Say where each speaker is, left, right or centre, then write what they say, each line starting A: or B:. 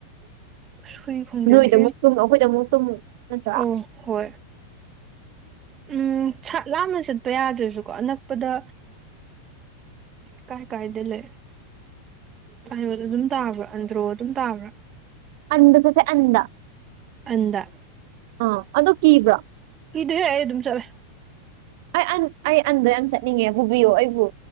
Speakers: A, on the right (about 25°); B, on the right (about 50°).
A: ꯑꯁ ꯍꯨꯏ ꯈꯣꯡꯖꯤꯜꯂꯛꯑꯦ
B: ꯅꯣꯏꯗ ꯑꯃꯨꯛ ꯇꯨꯝꯃ ꯑꯩꯈꯣꯏꯗ ꯑꯃꯨꯛ ꯇꯨꯝꯃ ꯑꯆꯥ
A: ꯑꯧ ꯍꯣꯏ ꯎꯝ ꯂꯥꯞꯅ ꯆꯠꯄ ꯌꯥꯗ꯭ꯔꯁꯨꯀꯣ ꯑꯅꯛꯄꯗ ꯀꯥꯏ ꯀꯥꯏꯗ ꯂꯩ ꯀꯩꯅꯣꯗ ꯑꯗꯨꯝ ꯇꯥꯕ꯭ꯔꯥ ꯑꯟꯗ꯭ꯔꯣ ꯑꯗꯨꯝ ꯇꯥꯕ꯭ꯔꯥ
B: ꯑꯟꯗ ꯆꯁꯦ ꯑꯟꯗ
A: ꯑꯟꯗ
B: ꯑꯥ ꯑꯗꯣ ꯀꯤꯕ꯭ꯔꯣ
A: ꯀꯤꯗꯦ ꯑꯩ ꯑꯗꯨꯝ ꯆꯠꯂꯦ
B: ꯑꯩ ꯑꯟ ꯑꯩ ꯑꯟꯗꯣ ꯌꯥꯝ ꯆꯠꯅꯤꯡꯉꯦ ꯄꯨꯕꯤꯌꯨ ꯑꯩꯕꯨ